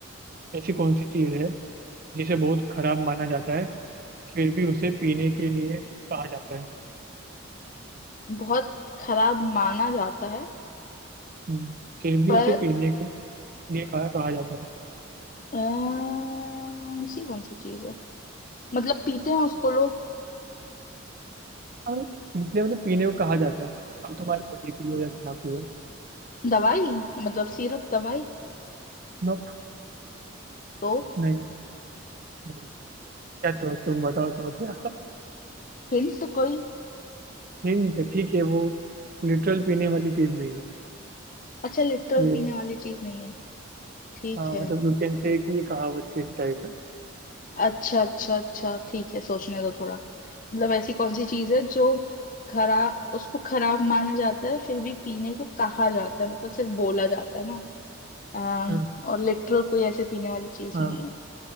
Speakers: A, on the right (about 45°); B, on the left (about 40°).
A: ऐसी कौन सी चीज है जिसे बहुत खराब माना जाता है फिर भी उसे पीने के लिए कहा जाता है
B: बहुत खराब माना जाता है
A: हम्म, फिर भी
B: पर
A: उसे पीने के लिए कहा कहा जाता है
B: अम, ऐसी कौन सी चीज है मतलब पीते हैं उसको लोग
A: हाँ, इसलिए मतलब पीने को कहा जाता है अब तुम्हारी मर्जी पियो या ना पियो
B: दवाई मतलब सिरप दवाई
A: नोप
B: तो
A: नहीं नहीं क्या तो तुम बताओ तो क्या
B: हिंट कोई
A: हिंट ठीक है वो लिटरल पीने वाली चीज नहीं है
B: अच्छा लिटरल
A: ये
B: पीने वाली चीज नहीं है ठीक
A: हाँ,
B: है
A: मतलब यूटेंसिल की ये कहावत के इस टाइप है
B: अच्छा अच्छा अच्छा ठीक है सोचने दो थोड़ा मतलब ऐसी कौन सी चीज है जो खराब उसको खराब माना जाता है फिर भी पीने को कहा जाता है मतलब सिर्फ बोला जाता है ना अम,
A: <laughs> हाँ
B: और लिटरल कोई ऐसे पीने वाली चीज
A: हाँ
B: नहीं है